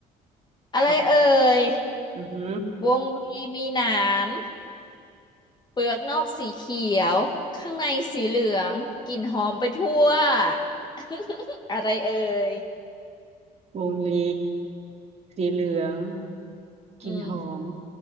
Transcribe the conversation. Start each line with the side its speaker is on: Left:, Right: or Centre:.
Left: อะไรเอ่ย
Right: ค่ะอือหือ
Left: วงรีมีหนามเปลือกนอกสีเขียวข้างในสีเหลืองกลิ่นหอมไปทั่ว <laughs> อะไรเอ่ย
Right: วงลีสีเหลืองกลิ่นหอม
Left: อืม